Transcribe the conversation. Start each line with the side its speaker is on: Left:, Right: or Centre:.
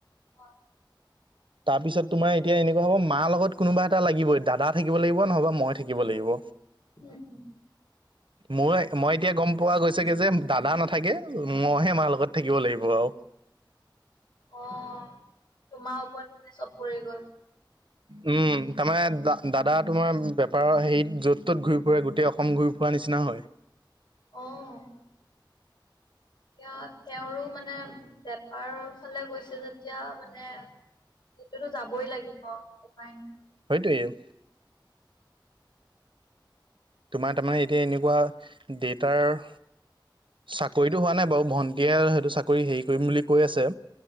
Left: অ'।
Right: তাৰপিছত তোমাৰ এতিয়া এনেকুৱা হ'ব, মাৰ লগত কোনোবা এটা লাগিব দাদা থাকিব লাগিব নহ'বা মই থাকিব লাগিব।
Left: উম-উম।
Right: মই-মই এতিয়া গম পোৱা গৈছেগে যে দাদা নাথাকে মই হে মাৰ লগত থাকিব লাগিব আৰু।
Left: অ' তোমাৰ ওপৰত মানে চব পৰি গ'ল।
Right: উম তাৰমানে দা দাদা তোমাৰ বেপাৰৰ হেৰিত য'ত-ত'ত ঘূৰি ফুৰে গোটেই অসম অসম ঘূৰি ফুৰা নিচিনা হ'য়।
Left: অ' এতিয়া তেওঁৰো মানে বেপাৰৰ ফালে গৈছে যেতিয়া মানে সেইতোটো যাবই লাগিব‌ উপায় নাই।
Right: সেইটোৱে। তোমাৰ তাৰমানে এতিয়া এনেকুৱা দেতাৰ চাকৰিটো হোৱা নাই বাৰু ভণ্টীয়ে সেইটো চাকৰি হেৰি কৰিম বুলি কৈ আছে।